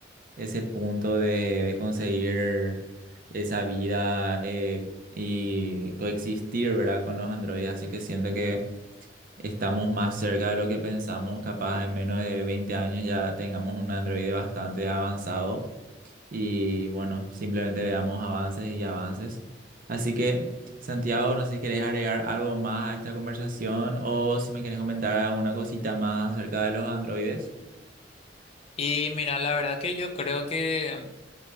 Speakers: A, on the right; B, on the left.
A: ese punto de, de conseguir esa vida eh, y coexistir, ¿verdad? con los androides. Así que siento que estamos más cerca de lo que pensamos, capaz en menos de 20 años ya tengamos un Android bastante avanzado y bueno, simplemente veamos avances y avances. Así que, Santiago, no sé si querés agregar algo más a esta conversación o si me querés comentar alguna cosita más acerca de los androides.
B: Y mira, la verdad que yo creo que